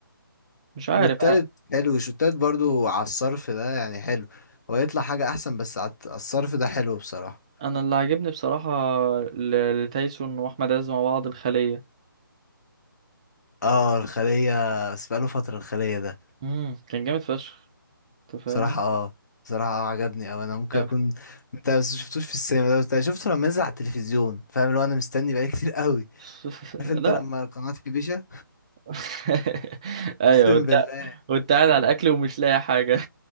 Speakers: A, on the right; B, on the left.
A: مش عارف
B: والتالت حلو شو التالت برضه على الصرف ده يعني حلو هو يطلع حاجة أحسن بس على الت- على الصرف ده حلو بصراحة
A: انا اللي عجبني بصراحه ل- لتايسون واحمد عز مع بعض الخليه
B: اه الخلية بس بقاله فترة الخلية ده
A: امم كان جامد فشخ انت فاهم
B: صراحة اه صراحة اه عجبني او انا ممكن
A: كان
B: اكون انت بس شفتوش في السينما ده بس أنا شفته لما نزل على التلفزيون فاهم لو انا مستني بقالي كتير قوي
A: <laughs>
B: عارف انت
A: لا
B: لما القناة تحبيشة
A: <laughs> ايوه
B: اقسم
A: وانت
B: بالله
A: وانت قاعد على الاكل ومش لاقي حاجه